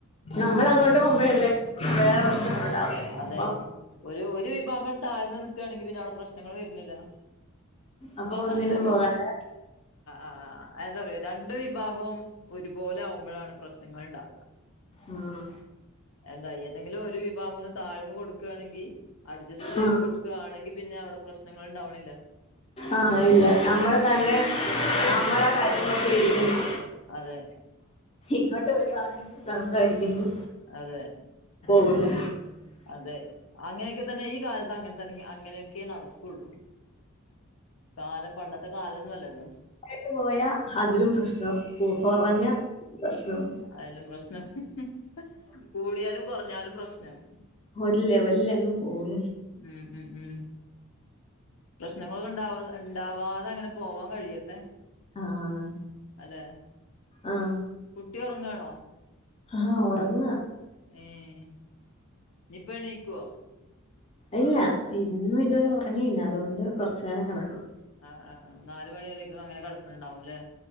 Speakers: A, on the left; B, on the left.
A: ന്നമ്മളങ്ങോട്ട് പോകുമ്പോഴല്ലേ വേറെ പ്രശ്നങ്ങൾഉണ്ടാവുന്നേ
B: അതെ
A: അപ്പൊ
B: ഒരു ഒര് വിഭാഗം താഴ്ന്ന് നിക്കാണെങ്കി പിന്നെഅവിടെ പ്രശ്നങ്ങൾവെര്ണില്ല.
A: അപ്പൊ ഒന്നിനും
B: ആഹ്,
A: പോകാതെ
B: ആഹ് എന്താറിയോ രണ്ട് വിഭാഗോ ഒരുപോലെയാകുമ്പയാണ് പ്രശ്നങ്ങൾ ഇണ്ടാവാ.
A: ആഹ്
B: എന്താ ഏതെങ്കിലും ഒര് വിഭാഗോന്ന് താഴ്ന്ന് കൊട്ക്കാണെങ്കിൽ അഡ്ജസ്റ്റ് ചെയ്ത്കൊട്
A: ആഹ്
B: ക്കാണെങ്കി പിന്നെ അവടെ പ്രശ്നങ്ങൾ ഇണ്ടാവ്ണില്ല.
A: ആഹ് ഇല്ല ന്നമ്മൾതന്നെ ന്നമ്മടെ കാര്യം നോക്കിരിക്കണം.
B: അതെ
A: ഇങ്ങോട്ട് വെരുവാണെങ്കിൽ സംസാരിക്കുന്നു.
B: അതെ
A: പോകുന്നു.
B: അതെ അങ്ങനെയൊക്കെതെന്നെ ഈ കാലത്ത് അങ്ങനെതെ അങ്ങനെയൊക്കെനടക്കൊള്ളൂ. കാലം പണ്ടെത്തെകാലൊന്നുല്ലല്ലോ?
A: ട്ട്പോയ അതിലുംപ്രശ്ണം കു കൊറഞ്ഞ പ്രശ്ണം
B: അയ്ലും പ്രശ്നംകൂടിയാലും കൊറഞ്ഞാലും പ്രശ്നം
A: ഒര് ലെവൽ അങ്ങ് പോകു
B: ഉം ഉം ഉം പ്രശ്നങ്ങളൊക്കെ ഉണ്ടാവാ ഉണ്ടാവാതെ അങ്ങനെ പോവാൻ കഴിയട്ടെ
A: ആഹ് ആഹ്
B: അതെ
A: ആഹ്
B: കുട്ടി ഉറങ്ങാണോ
A: ആഹ് ഓറങ്ങ
B: ഏഹ് ഇപ്പൊ എണീക്കൊ
A: ഇല്ല ഇന്ന് ഇത് ഉറങ്ങിയില്ല അതുകൊണ്ട് കുറച്ചു നേരം കിടക്കും
B: ആഹ് ആഹ് നാല് മണി വരേക്കും അങ്ങനെ കിടക്കുന്നുണ്ടാവുല്ലേ